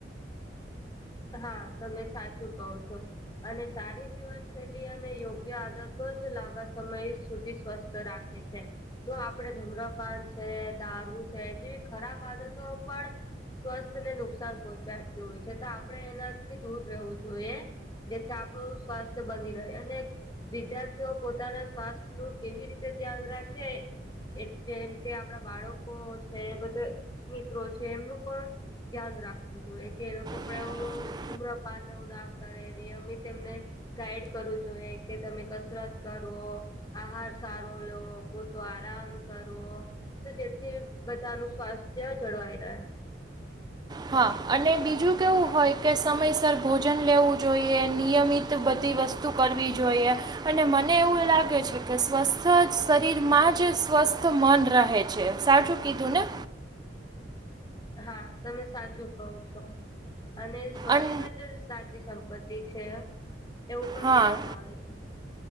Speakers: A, on the left; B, on the right.
A: હા તમે સાચું કહ છો. અને સારી જીવનશૈલી અને યોગ્ય આદતો જ લાંબા સમય સુધી સ્વસ્થ રા એ છે. તો આપડણે ધમ્રપાન છે, દારૂ છે, જેવી ખરાબ આદતો પણ સ્વસ્થ ને નુકસાન પહોંચાડતું હોય છે, તો આપણે એનાથી દૂર રહેવું જોઈએ. જેથી આપણું સ્વાસ્થ્ય બની રહે અને વિદ્યાર્થીઓ પોતાના સ્વાસ્થ્ય નું કેવી રીતે ધ્યાન રાખે એ જેમ કે આપણા બાળકો છે બધા મિત્રો છે, એમનું પણ ધ્યાન રાખવું જોઈએ કે એ લોકો
B: <inaudible>
A: ધુમ્ર પાન ન ના કરે ર અમી તેમને. ગાઈડ કરું જોઈએ કે તમે કસરત કરો. આહાર સારો લેવ પૂરતો આરામ કરવો. તો જેથી બધાનું સ્વાસ્થ્ય જળવાઈ રહે.
B: હા અને બીજું કેવું હોય કે સમયસર ભોજન લેવું જોઈએ નિયમિત બધી વસ્તુ. તું કરવી જોઈએ. અને મને એવું લાગે છે કે સ્વસ્થ શરીરમાં જ સ્વસ્થ મન રહે છે. સારું કીધું ને
A: હા તમે સાચું કહ છો અને સ્વાસ્થ્ય
B: અન
A: જ સાચી સંપત્તિ છે, એવું પણ
B: હા
A: કહેવામાં આવે છે.